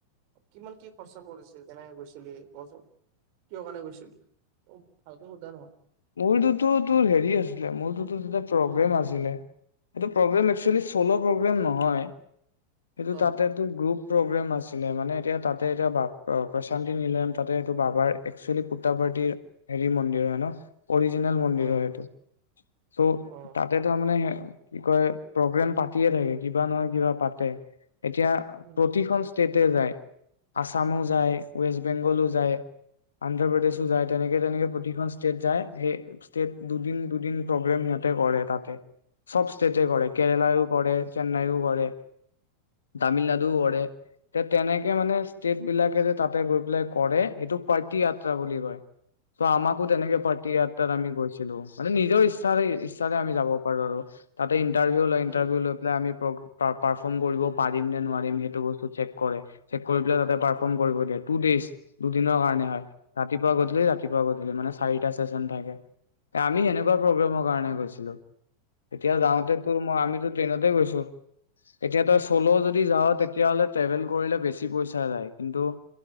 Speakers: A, on the right (about 45°); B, on the left (about 70°).
A: কিমান কি খৰচা পৰিছিল কেনেকে গৈছিলি কচোন? কিয় কাৰণে গৈছিল? অ' ভালকে সোধা নহল।
B: মোৰটোতো তোৰ হেৰি আছিলে, মোৰটোতো প্ৰগ্ৰেম আছিলে। সেইটো প্ৰগ্ৰেম একচুৱেলি চ'ল প্ৰগ্ৰেম নহয়। সেইটো
A: অ
B: তাতে, টো গ্ৰুপ প্ৰগ্ৰেম আছিলে। মানে এতিয়া তাতে এতিয়া প্ৰশান্তি নিলম তাতে এইটো বাবাৰ এক্সুৱেলি পুতাপাৰ্টিৰ হেৰি মন্দিৰ হয় ন? অৰিজিনেল মন্দিৰ
A: অ
B: হয় এইটো। চ,
A: অ
B: তাতে তাৰ মানে কি কয় প্ৰগ্ৰেম পাতিয়ে থাকে, কিবা নহয় কিবা পাতে। এতিয়া
A: উম
B: প্ৰতিখন ষ্টেটে যায়। আচামো যায়, ৱেষ্ট বেংগলো যায়। অন্ধ্ৰপ্ৰদেশো যায়। তেনেকে তেনেকে প্ৰতিখন ষ্টেট যায়। সেই ষ্টেট দুদিন দুদিন প্ৰগ্ৰেম সিহঁতে কৰে তাতে। চব ষ্টেটে
A: উম
B: কৰে। কেৰেলাই ও কৰে, চেন্নাইও কৰে, তামিলনাডুও কৰে। তে তেনেকে মানে ষ্টেট বিলাকে যে তাতে গৈ পেলাই কৰে, সেইটো পাৰ্টি যাত্ৰা বুলি কয়। ত' আমাকো
A: উম
B: তেনেকে পাৰ্টি যাত্ৰাত আমি গৈছিলো। মানে নিজৰ ইচ্ছাৰে ইচ্ছাৰে আমি যাব পাৰো আৰু। তাতে ইণ্টাৰভিউ লয়,
A: উম
B: ইণ্টাৰভিউ লৈ পেলাই আমি প্ৰ পা পাৰফৰ্ম কৰিব পাৰিম নে নোৱাৰিম সেইটো বস্তু চেক কৰে। চেক কৰি পেলাই তাতে পাৰফৰ্ম কৰিব দিয়ে, টু ডেইজ। দুদিনৰ কাৰণে
A: অ অ
B: হয়, ৰাতিপুৱা গধূলি ৰাতিপুৱা গধূলি, মানে চাৰিটা চেচন থাকে। আমি সেনেকুৱা প্ৰগ্ৰেমৰ কাৰণে গৈছিলো। তেতিয়া
A: অ
B: যাওঁতে তোৰ মই আমিতো ট্ৰনতে গৈছো। এতিয়া তই চ'ল' যদি যাৱ তেতিয়াহলে ট্ৰেভেল কৰিলে বেছি পইচা যায়। কিন্ত